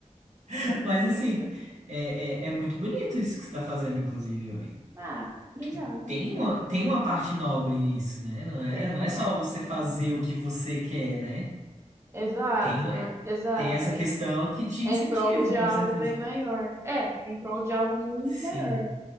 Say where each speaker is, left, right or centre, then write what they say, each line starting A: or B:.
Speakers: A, on the right; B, on the right.
A: <laughs> mas assim,
B: Então,
A: é, é, é muito bonito isso que você tá fazendo, inclusive, ué.
B: Ah, obrigada.
A: Que tem uma, tem uma parte nobre nisso, né? Não é,
B: Tem
A: não
B: uma
A: é
B: parte
A: só você
B: muito
A: fazer
B: boa.
A: o que você quer, né?
B: Exato,
A: Tem,
B: não
A: é,
B: é? Exato.
A: tem essa questão que te incentiva,
B: em prol de
A: com
B: algo
A: certeza.
B: bem maior. É, em prol de algo muito
A: Sim,
B: maior.